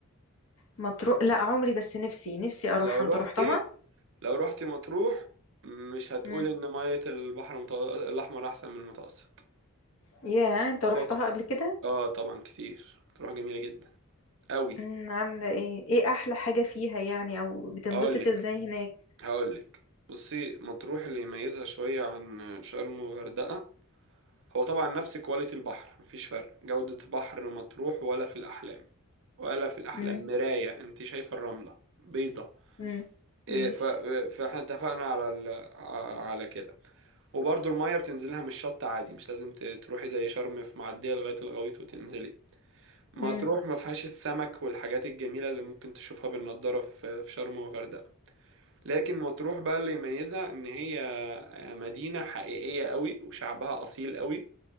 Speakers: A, on the left; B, on the right.
A: مطروح لا عمري بس نفسي نفسي أروحها
B: لو رحت
A: أنت روحتها؟
B: لو رحت مطروح مش هتقول
A: مم.
B: ان مية البحر المت... الاحمر احسن من المتوسط
A: ياه أنت روحتها
B: وك-
A: قبل كده؟
B: اه طبعا كتير مطروح جميلة جدا قوي
A: مم. عاملة إيه؟ إيه أحلى حاجة فيها يعني أو بتنبسط
B: هقولك
A: إزاي هناك؟
B: هقولك بصي مطروح اللي يميزها شوية عن شرم وغردقة هو طبعا نفس كواليتي البحر مفيش فرق جودة بحر مطروح ولا في الأحلام ولا في الأحلام
A: مم.
B: مراية انت شايفة الرملة بيضة
A: مم.
B: إيه،
A: مم.
B: ف- فاحنا اتفقنا على ال... ع- على كده وبرضو المية بتنزلها من الشط عادي مش لازم ت- تروحي زي شرم في معدية لغاية الغويط وتنزلي مطروح
A: مم.
B: ما فيهاش السمك والحاجات الجميلة اللي ممكن تشوفها بالنضارة في في شرم وغردقة لكن مطروح بقى اللي يميزها ان هي مدينة حقيقية قوي وشعبها اصيل قوي